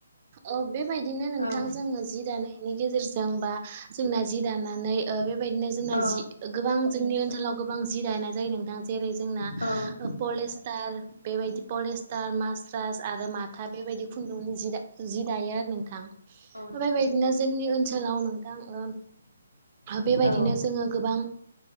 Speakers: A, on the right (about 35°); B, on the left (about 80°).
A: ओम बेबायदिनो नोंथां
B: औ
A: जोङो जि दानाय जेरजों बा जोंना जि दानानै ओ बेबायदिनो जोंना
B: औ
A: जि-गोबां जोंनि ओनसोलाव गोबां जि दिनाय जायो नोंथां जेरै जोंना
B: औ
A: पलेस्टार बेबायदि पलेस्टार, मास्रास आरो माथा बेबायदि खुन्दुंनि जि दा जि दायो आरो नोंथां ओमफ्राय
B: औ
A: बायदि जोंनि ओनसोलाव नोंथां बेबायदिनो
B: औ
A: जोङो गोबां